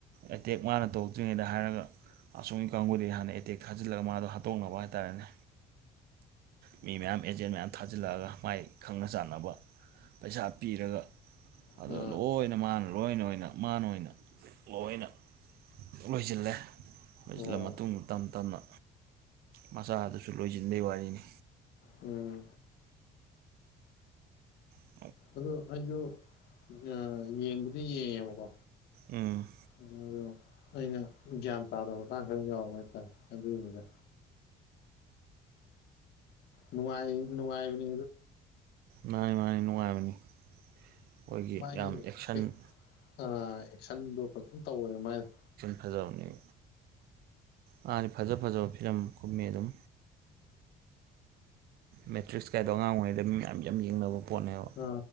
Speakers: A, on the right; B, on the left.
A: ꯑꯦꯇꯦꯛ ꯃꯥꯅ ꯇꯣꯛꯇ꯭ꯔꯤꯉꯩꯗ ꯍꯥꯏꯔꯒ ꯑꯁꯣꯝꯒꯤ ꯀꯥꯡꯕꯨꯗꯒꯤ ꯍꯥꯟꯅ ꯑꯦꯇꯦꯛ ꯊꯥꯖꯤꯜꯂꯒ ꯃꯥꯗꯣ ꯍꯥꯠꯇꯣꯛꯅꯕ ꯍꯥꯏꯇꯥꯔꯦꯅꯦ ꯃꯤ ꯃꯌꯥꯝ ꯑꯦꯖꯦꯟ ꯃꯌꯥꯝ ꯊꯥꯖꯤꯜꯂꯛꯑꯒ ꯃꯥꯏ ꯈꯪꯅ ꯆꯥꯟꯅꯕ ꯄꯩꯁꯥ ꯄꯤꯔꯒ ꯑꯗꯣ
B: ꯑꯥ
A: ꯂꯣꯏꯅ ꯃꯥꯅ ꯂꯣꯏꯅ ꯑꯣꯏꯅ ꯃꯥꯅ ꯑꯣꯏꯅ ꯂꯣꯏꯅ ꯂꯣꯏꯖꯤꯜꯂꯦ ꯂꯣꯏꯖꯤꯜꯂ
B: ꯑꯣ
A: ꯃꯇꯨꯡꯗ ꯇꯞ ꯇꯞꯅ ꯃꯆꯥ ꯗꯨꯁꯨ ꯂꯣꯏꯁꯤꯟꯕꯩ ꯋꯥꯔꯤꯅꯤ
B: ꯎꯝ
A: ꯎꯝ
B: ꯑꯗꯨ ꯑꯩꯁꯨ ꯑ ꯌꯦꯡꯕꯨꯗꯤ ꯌꯦꯡꯉꯦꯕꯀꯣ
A: ꯎꯝ
B: ꯑꯣ ꯑꯩꯅ ꯒ꯭ꯌꯥꯟ ꯇꯥꯗꯕ ꯃꯇꯥꯡ ꯈꯔ ꯌꯥꯎꯕ ꯍꯥꯏꯇꯥꯔꯦ ꯑꯗꯨꯒꯤꯅꯤꯗ ꯅꯨꯡꯉꯥꯏ ꯅꯨꯡꯉꯥꯏꯕꯅꯤ
A: ꯃꯥꯅꯤ ꯃꯥꯅꯤ ꯅꯨꯡꯉꯥꯏꯕꯅꯤ ꯑꯩꯈꯣꯏꯒꯤ
B: ꯃꯥꯒꯤ
A: ꯌꯥꯝ
B: ꯑꯦꯛ
A: ꯑꯦꯛꯁꯟ
B: ꯑꯦꯛꯁꯟꯗꯣ ꯐꯖꯅ ꯇꯧꯋꯦ ꯃꯥꯥꯏꯗꯣ꯫
A: ꯐꯦꯖꯥꯎꯅꯤ ꯃꯥꯗꯤ ꯐꯖ ꯐꯖꯕ ꯐꯤꯂꯝ ꯀꯨꯝꯃꯦ ꯑꯗꯨꯝ꯫ ꯃꯦꯇ꯭ꯔꯤꯛꯁ ꯀꯥꯏꯗꯣ ꯑꯉꯥꯡ ꯑꯣꯏꯔꯤꯉꯩꯗ ꯃꯤ ꯃꯌꯥꯝ ꯌꯥꯝ ꯌꯦꯡꯅꯕ ꯄꯣꯠꯅꯦꯕ
B: ꯑ